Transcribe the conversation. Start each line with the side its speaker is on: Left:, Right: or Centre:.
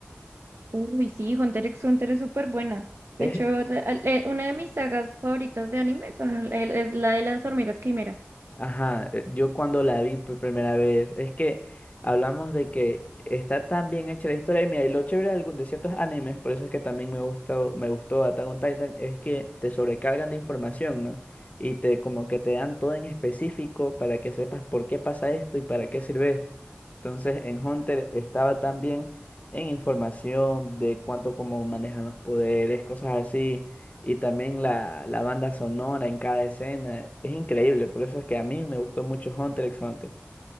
Right: Uy, sí, Hunter x Hunter es súper buena.
Left: Es
Right: De hecho, la- eh, una de mis sagas favoritas de anime son, el- es la de las hormigas quimera.
Left: Ajá, eh, yo cuando la vi por primera vez, es que hablamos de que está tan bien hecha la historia. Y mira, y lo chévere de, algu- de ciertos animes, por eso es que también me gustó, me gustó Attack on Titan, es que te sobrecargan de información, ¿no? Y te como que te dan todo en específico para que sepas por qué pasa esto y para qué sirve esto. Entonces, en Hunter estaba también en información de cuánto cómo manejan los poderes, cosas así y también la, la banda sonora en cada escena. Es increíble, por eso es que a mí me gustó mucho Hunter x Hunter.